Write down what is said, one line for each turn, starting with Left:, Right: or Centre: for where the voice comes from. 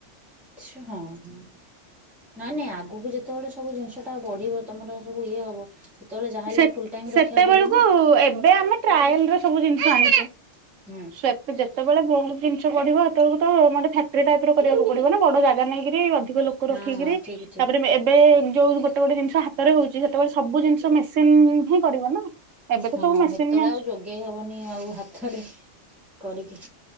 Centre: ସେ ହଁ ନାଇଁ ନାଇଁ ଆଗକୁ ଯେତେବେଳେ ସବୁ ଜିନିଷ ଟା ବଢିବ ତମର ସବୁ ଇଏ ହବ। ସେତେବେଳେ ଯାହାହେଲେ
Right: ସେତ୍
Centre: ଫୁଲ ଟାଇମ
Right: ସେତେବେଳକୁ
Centre: ରଖିବାକୁ ପଡିବ ନା
Right: ଏବେ ଆମେ ଟ୍ରାଏଲ ରେ ସବୁ ଜିନିଷ ଆଣିଛୁ।
Centre: ହୁଁ
Right: ସେତେ ଯେତେବେଳେ ବେଳେ ବହୁତ ଜିନିଷ ବଢିବ ହେତେବେଳକୁତ ମାନେ ଫ୍ୟାକ୍ଟ୍ରି ଟାଇପ ର କରିବାକୁ ପଡିବ ନା ବଡ ଜାଗା ନେଇକିରି ଅଧିକ ଲୋକ ରଖିକିରି
Centre: ହଁ ହଁ ଠିକ ଠିକ
Right: ତାପରେ ଏବେ ଯୋଉ ଗୋଟେ ଗୋଟେ ଜିନିଷ ହାତରେ ହଉଛି ସେତେବେଳେ ସବୁ ଜିନିଷ ତ ମେସିନ ହିଁ କରିବ ନା। ଏବେ ତ
Centre: ହଁ
Right: ସବୁ ମେସିନ
Centre: ସେତେତେଳେ
Right: ଅଛି।
Centre: ଆଉ ଯୋଗେଇ ହବନି ଆଉ ହାତରେ କରିକି